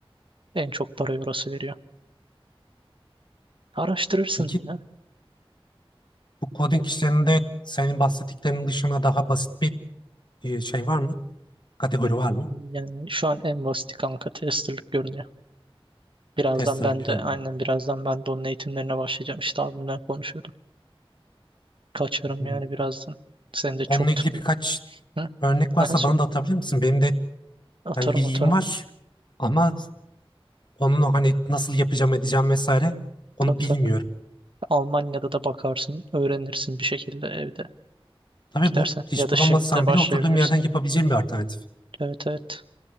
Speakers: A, on the right; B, on the left.
A: en çok parayı orası veriyor. Araştırırsın
B: Peki
A: ya.
B: bu coding işlerinde senin bahsettiklerinin dışında daha basit bir e, şey var mı? Kategori var mı?
A: Yani şu an en basiti kanka testerlık görünüyor. Birazdan
B: Testerlık
A: ben
B: görünüyor.
A: de aynen birazdan ben de onun eğitimlerine başlayacağım. İşte abimle konuşuyordum. Kaçarım
B: Hı.
A: yani birazdan. Seni de çok
B: Onunla ilgili
A: tutmayayım.
B: birkaç
A: Hı?
B: örnek varsa
A: Aha, sor.
B: bana da atabilir misin? Benim de
A: Atarım
B: yani ilgim
A: atarım.
B: var ama Onun o hani nasıl yapacağım edeceğim vesaire onu
A: Tabii
B: bilmiyorum.
A: tabii. Almanya'da da bakarsın. Öğrenirsin bir şekilde evde
B: Tabii
A: gidersen.
B: bu iş
A: Ya da
B: bulamazsam
A: şimdi de başlayabilirsin.
B: bile oturduğum yerden yapabileceğim bir alternatif.
A: Evet evet.